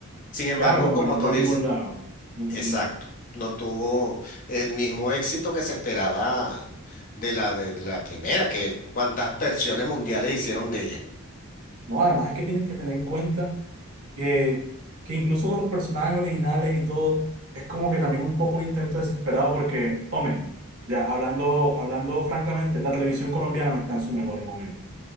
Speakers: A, on the left (about 40°); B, on the right (about 65°).
A: Sin embargo,
B: Claro, como
A: como
B: que no
A: tú
B: fue
A: dices,
B: a ningún lado. Ujú.
A: exacto, no tuvo el mismo éxito que se esperaba de la de, de la primera, que cuántas versiones mundiales hicieron de ella.
B: No, además es que tienes que tener en cuenta que, que incluso con los personajes originales y todo, es como que también un poco un intento desesperado porque, hombre, ya hablando, hablando francamente, la televisión colombiana no está en su mejor momento.